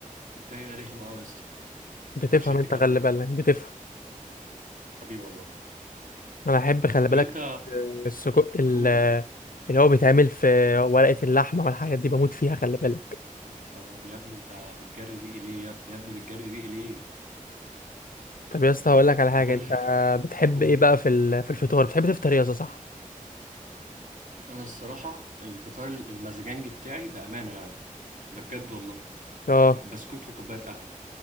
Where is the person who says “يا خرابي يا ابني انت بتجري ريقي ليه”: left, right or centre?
Right